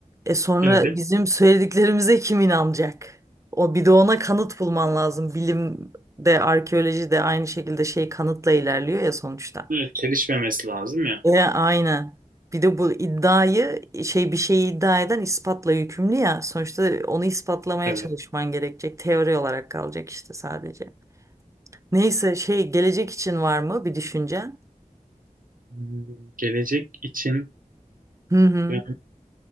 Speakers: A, on the right; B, on the right.
A: E sonra
B: Evet.
A: bizim söylediklerimize kim inanacak? O bir de ona kanıt bulman lazım. Bilim de arkeoloji de aynı şekilde şey kanıtla ilerliyor ya sonuçta.
B: Evet. Çelişmemesi lazım ya.
A: E, aynen. Bir de bu iddiayı şey bir şeyi iddia eden ispatla yükümlü ya. Sonuçta onu ispatlamaya
B: Evet.
A: çalışman gerekecek. Teori olarak kalacak işte sadece. Neyse şey gelecek için var mı bir düşüncen?
B: Hmm, Gelecek için
A: Hı hı.
B: yani